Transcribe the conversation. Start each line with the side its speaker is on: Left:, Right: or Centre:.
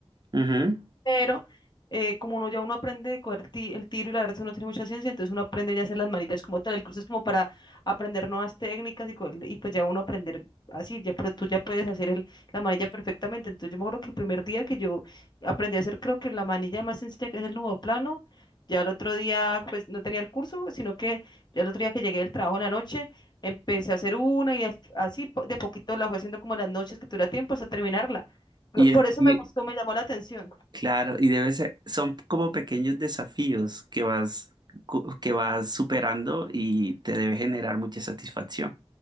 Right: Ujú.
Left: pero eh, como uno ya uno aprende de coger ti- el tiro y la verdad uno tiene mucha ciencia, entonces uno aprende ya a hacer las manillas como tal, el curso es como para aprender nuevas técnicas y, co- y pues ya uno aprender así, ya, pero tú ya puedes hacer el, la manilla perfectamente, entonces yo me acuerdo que el primer día que yo aprendí a hacer creo que la manilla más sencilla que es el nudo plano, ya el otro día pues no tenía el curso, sino que ya el otro día que llegué del trabajo en la noche, empecé a hacer una y as- así po- de poquito la fue haciendo como en las noches que tuviera tiempo hasta terminarla. Por
Right: Y,
Left: por
Right: es-
Left: eso
Right: <laughs> y-
Left: me gustó, me llamó la atención.
Right: claro, y debe ser, son como pequeños desafíos que vas, cu- que vas superando y te debe generar mucha satisfacción.